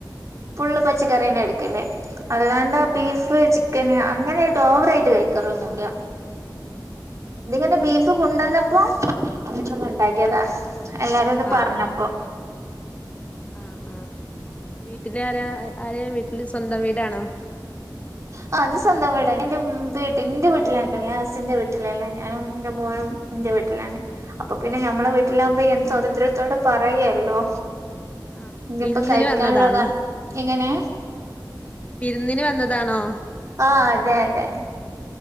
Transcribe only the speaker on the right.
ഫുള് പച്ചക്കറിന്നെ എടുക്കല് അല്ലാണ്ട്
ബീഫ് ചിക്കന് അങ്ങനെ ഓവറെയിട്ട് കഴിക്കാറൊന്നുംല്ല.
ഇതിങ്ങനെ ബീഫ് കൊണ്ടന്നപ്പോ <unintelligible> ഉണ്ടാക്കിയതാ
എല്ലാരും ഒന്ന്
പറഞ്ഞപ്പോ.
ആ അത് സ്വന്തം വീടാ എന്റെ വീട്ടി ഇന്റെ വീട്ടിലാ ഞാ ഹസിന്റെ വീട്ടിലല്ലേ ഞാനും എന്റെ മോനും ഇൻ്റെ വീട്ടിലാണ് അപ്പൊ പിന്നെ ഞമ്മളെ വീട്ടിലാമ്പോ എൻ സ്വാതന്ത്ര്യത്തോടെ പറയാലോ
ഇനിപ്പോ
കഴിക്കാനുള്ളതാ
എങ്ങനെ
ആഹ് അതെ അതെ